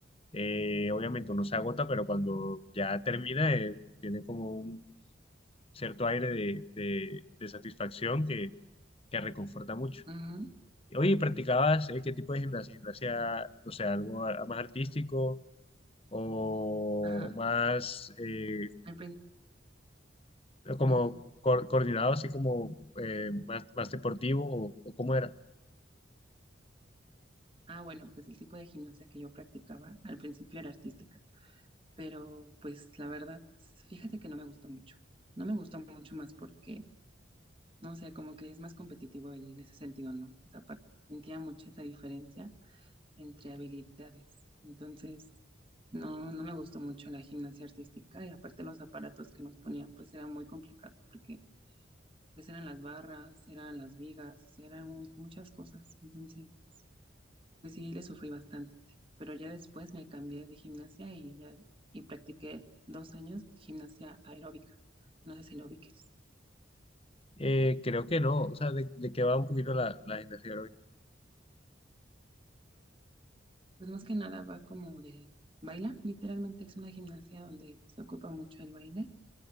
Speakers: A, on the left; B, on the right.
A: eh, obviamente uno se agota, pero cuando ya termina eh, tiene como un cierto aire de, de de satisfacción que, que reconforta mucho.
B: Ujú,
A: Oye, ¿practicabas eh, qué tipo de gimnasia? ¿Gimnasia, no sé, algo a- más artístico o,
B: ajá.
A: o más eh,
B: Al
A: como
B: principio.
A: cor- coordinado, así como eh, más, más deportivo o, o cómo era?
B: Ah, bueno, pues el tipo de gimnasia que yo practicaba al principio era artística, pero pues la verdad, fíjate que no me gustó mucho. No me gustó mucho más porque, no sé, como que es más competitivo en ese sentido, ¿no? Esa parte. Sentía mucho esa diferencia entre habilidades. Entonces, no, no me gustó mucho la gimnasia artística y aparte los aparatos que nos ponían, pues eran muy complicados porque pues eran las barras, eran las vigas, eran mu- muchas cosas. Entonces... Pues sí, le sufrí bastante, pero ya después me cambié de gimnasia y ya y practiqué dos años gimnasia aeróbica. No sé si lo ubiques.
A: Eh, creo que no, o sea, de, de qué va un poquito la, la gimnasia aeróbica.
B: Pues más que nada va como de baila, literalmente es una gimnasia donde se ocupa mucho el baile